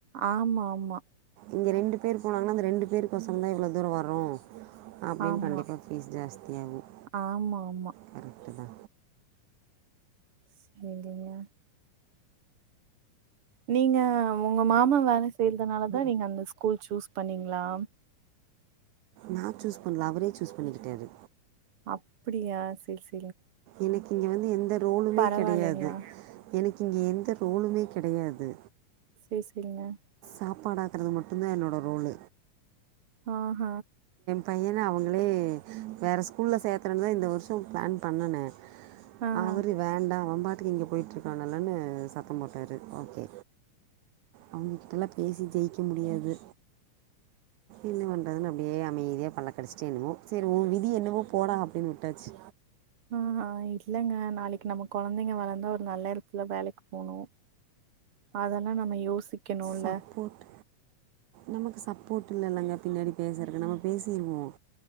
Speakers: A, on the right; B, on the right.
A: ஆ மா மா
B: இங்க ரெண்டு பேர் போனாங்கான அந்த ரெண்டு ஒசரம் தா இவ்ள தூரம் வ ரும் அப்டின்
A: ஆமா
B: கண்டிப்பா பீஸ் ஜாஸ்தியாகும்
A: ஆமா ஆமா
B: கரட்டு தா
A: செரிங்க நீங்க உங்க மாமா வேலை செய்யறதுனாலதான் நீங்க அந்த ஸ்கூல் சூஸ் பண்ணீங்களா
B: நான் சூஸ் பண்ணல அவரே சூஸ் பண்ணிக்கிட்டாரு
A: அப்படியா சரி சரி
B: எனக்கு இங்க வந்து எந்த ரோலுமே
A: பரவாயில்லைங்களா
B: கிடையாது எனக்கு இங்க எந்த ரோலுமே கிடையாது
A: சேர் செரிங்க
B: சாப்பாடாக்குறது மட்டும் தான் என்னோட ரோல்
A: ஆஹ்ஹ
B: பையனை அவங்களே வேறு ஸ்கூலில் சேர்த்துறேன்ன தான் இந்த வருஷம் பிளான் பண்ணேன்
A: ஆஹா
B: அவர் வேண்டாம் அவன் பா இங்க போயிட்டு இருக்கல்லனு சத்தம் போட்டாரு ஓகே அவங்ககிட்டல்லாம் பேசி ஜெயிக்க முடியாது என்ன பண்றதுன்ன அப்படியே அமைதியா பல்ல கடிச்சிட்டே என்னுவோம் சரி உன் விதி என்னவோ போடா அப்படின்னு விட்டாச்சு
A: ஆஹ் ஆஹ் இல்லங்க நாளைக்கு நமக்கு குழந்தைங்க வளர்ந்தா ஒரு நல்ல இடத்துல வேலைக்கு போகணும் அதெல்லாம் நம்ம யோசி க்கணும்
B: சப்போர்ட்
A: ல
B: நமக்கு சப்போ்ட் இல்லல்லங்க பின்னாடி பேசறக்கு நம்ம பேசிருவோம்